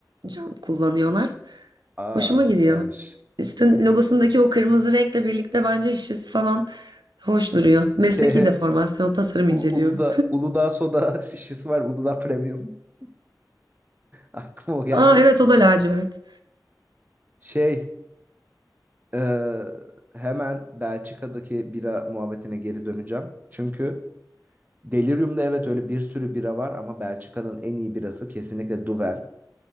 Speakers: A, on the right; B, on the right.
A: cam kullanıyorlar.
B: Aa
A: Hoşuma gidiyor.
B: güzelmiş.
A: Üstün logosundaki o kırmızı renkle birlikte bence şişesi falan hoş duruyor. Mesleki
B: Şey,
A: deformasyon
B: U-
A: tasarım
B: U-
A: inceliyorum.
B: Uludağ, Uludağ soda <laughs> şişesi var. Uludağ Premium. <laughs> Aklıma
A: <laughs>
B: o geldi.
A: Aa evet o da lacivert.
B: Şey, e, hemen Belçika'daki bira muhabbetine geri döneceğim. Çünkü Delirium'da evet öyle bir sürü bira var ama Belçika'nın en iyi birası kesinlikle Duvel.